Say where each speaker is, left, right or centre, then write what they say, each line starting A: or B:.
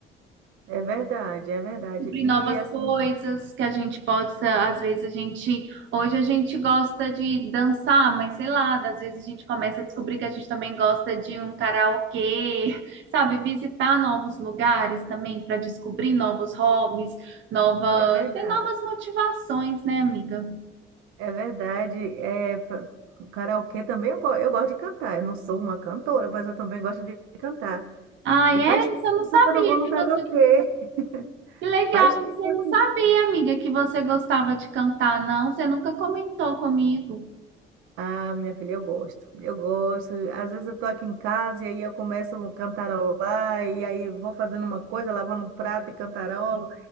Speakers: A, on the right; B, on the right.
A: É verdade, é verdade.
B: descobrir
A: E
B: novas
A: assim,
B: coisas que a gente possa, às vezes a gente, hoje a gente gosta de dançar, mas sei lá, às vezes a gente começa a descobrir que a gente também gosta de um karaokê, <laughs> sabe, visitar novos lugares também para descobrir novos hobbies, nova,
A: é verdade,
B: tem novas motivações, né, amiga?
A: é verdade. É, fa- karaokê também eu, go- eu gosto de cantar. Eu não sou uma cantora, mas eu também gosto de cantar.
B: Ah,
A: E
B: é?
A: faz tempo
B: Isso eu não sabia
A: que eu não vou no
B: que
A: karaokê.
B: você Que
A: <laughs>
B: legal,
A: Faz
B: isso
A: tempo.
B: eu não sabia, amiga, que você gostava de cantar, não. Você nunca comentou comigo.
A: Ah, minha filha, eu gosto. Eu gosto. Às vezes eu tô aqui em casa e aí eu começo a cantarolar e aí vou fazendo uma coisa, lavando um prato e cantarolo